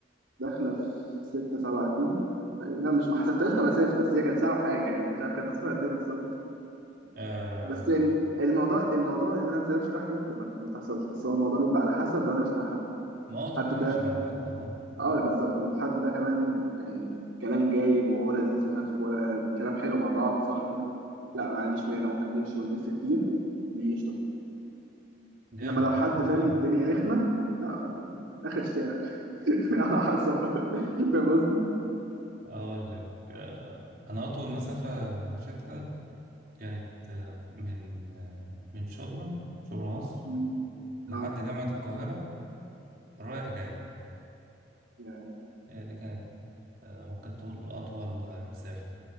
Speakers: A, on the right; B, on the right.
A: داخلة في ستة سبعة كيلو تقريباً. لا مش ما حسبتهاش كمسافة بس هي كانت ساعة وحاجة يعني مش عارف كانت مسافة قد إيه بالظبط
B: آه
A: بس يعني الموضوع الموضوع إن أنا أنزل أمشي لوحدي دي بتبقى ما بتحصلش بس هو الموضوع بيبقى على حسب لو أنا مش مع حد
B: ما هو طبيعي
A: حد
B: ماشي مع حد اه
A: اه بالظبط والحد ده كمان يعني كلام جايب وهو لذيذ وخف ولا كلام حلو مع بعض صاحبي لا ما عنديش مانع ممكن نمشي ونلف كتير دي قشطة
B: جامد
A: انما لو حد
B: اه
A: فاهم
B: فعلا
A: الدنيا رخمة لا خ- يعني اخر الشارع <laughs> على حسب بقى. فاهم قصدي؟
B: <laughs> اقول لك آه انا اطول مسافة مشيتها كانت آه من آه من شبرا شبرا مصر
A: مم.
B: لحد
A: اه
B: جامعة القاهرة رايح جاي
A: يا
B: هي دي كانت آه، ممكن تقول أطول آه، مسافة